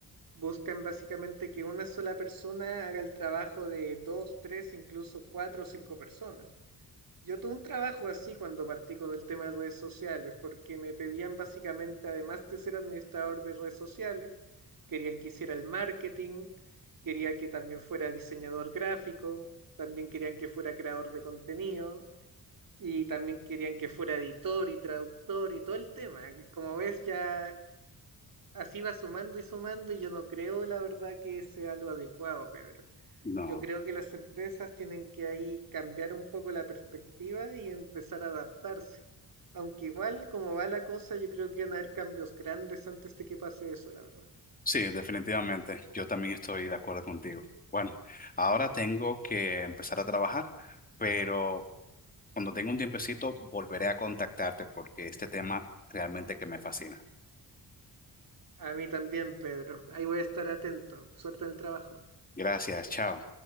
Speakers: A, on the right (about 55°); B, on the left (about 20°).
A: buscan básicamente que una sola persona haga el trabajo de dos, tres, incluso cuatro o cinco personas. Yo tuve un trabajo así cuando partí con el tema de redes sociales, porque me pedían básicamente, además de ser administrador de redes sociales, querían que hiciera el marketing, quería que también fuera diseñador gráfico, también querían que fuera creador de contenido y también querían que fuera editor y traductor y todo el tema. Como ves, ya así va sumando y sumando y yo no creo, la verdad, que sea lo adecuado, Pedro.
B: No.
A: Yo creo que las empresas tienen que ahí cambiar un poco la perspectiva y empezar a adaptarse. Aunque igual, como va la cosa, yo creo que van a haber cambios grandes antes de que pase eso, la verdad.
B: Sí, definitivamente. Yo también estoy de acuerdo contigo. Bueno, ahora tengo que empezar a trabajar, pero Cuando tenga un tiempecito, volveré a contactarte porque este tema realmente que me fascina.
A: A mí también, Pedro. Ahí voy a estar atento. Suerte en el trabajo.
B: Gracias, chao.